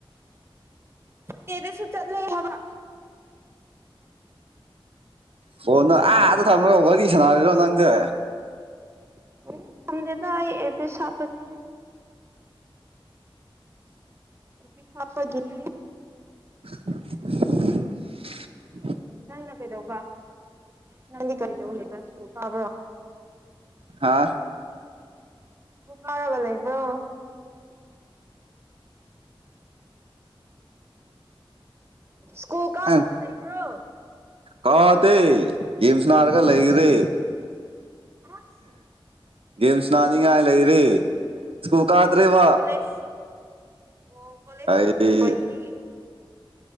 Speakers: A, on the right; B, on the right.
A: ꯗꯤꯅꯦꯁꯨ ꯆꯠꯂ ꯍꯕ
B: <unintelligible> ꯐꯣꯟꯗꯣ ꯑꯥꯗ ꯊꯝꯃꯒ ꯋꯥꯔꯤ ꯁꯥꯟꯅꯔꯤꯔꯣ ꯅꯪꯁꯦ
A: ꯎꯝ ꯁꯝꯗꯦꯗ ꯑꯦ ꯄ ꯁꯄꯅꯤ ꯑꯦꯔꯄꯤꯁ ꯍꯥꯞꯄꯒꯤꯅꯦ
B: <unintelligible>
A: ꯅꯪꯅ ꯀꯩꯗꯧꯕ ꯅꯪꯗꯤ ꯀꯔꯤꯗꯧꯅꯦꯕꯁꯨ ꯀꯥꯕ꯭ꯔꯣ
B: ꯍꯥꯥ
A: ꯃꯂ ꯀꯥꯔꯒ ꯂꯩꯕ ꯁ꯭ꯀꯨꯜ ꯀꯥꯔꯒ
B: ꯅꯪ
A: ꯂꯩꯕ꯭ꯔꯣ
B: ꯀꯥꯗꯦ ꯌꯦꯁ ꯅꯥꯔꯒ ꯂꯩꯈ꯭ꯔꯦ
A: ꯑꯁ
B: ꯒꯦꯝꯁ ꯅꯥꯅꯤꯡꯉꯥꯏ ꯂꯩꯔꯦ ꯁ꯭ꯀꯨꯜ ꯀꯥꯗ꯭ꯔꯦꯕ
A: ꯀꯣꯂꯦꯖ ꯑꯣ ꯀꯣꯂꯦꯁꯨ
B: ꯑꯩ
A: ꯑꯣꯏꯣꯏꯗ꯭ꯔꯤ